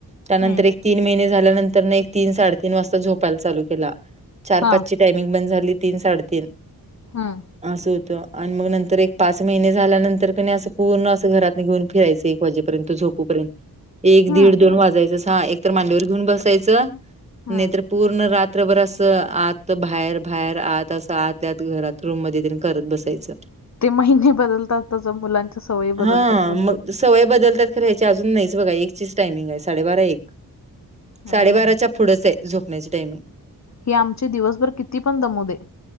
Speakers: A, on the right (about 20°); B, on the left (about 45°).
A: त्यानंतर
B: हम्म
A: एक तीन महिने झाल्यानंतरनं... एक तीन साडेतीन वाजता झोपायला चालू केला, चार
B: हा
A: पाचची टायमिंग बंद झाली... तीन साडेतीन
B: हुं.
A: असं होतं. आणि मग नंतर, एक पाच महिने झाल्यानंतर, क नई असं पूर्ण... असं घरात घेऊन फिरायचे वाजेपर्यंत... झोपूपर्यंत एक,
B: हम्म
A: दीड, दोन वाजायचं... तसा हा एक तर मांडीवर घेऊन बसायचं
B: हम्म
A: नाईतर पूर्ण रात्रभर असं... आत बाहेर... बाहेर आत, असं आत त्याच घरात... रूम मध्ये ध्यान करत बसायचं
B: ते महिने बदलतात, तसं मुलांच्या सवयी
A: हा
B: बदलतात म्हणतात
A: मग सवय बदलतात खरे... ह्याची अजून नाहीच बघा... एकचीच टायमिंग ए... साडेबारा एक...
B: हम्म
A: साडे बाराच्या पुढ पुढंच ए... झोपण्याची टायमिंग
B: ही आमची दिवसभर किती पण दमू दे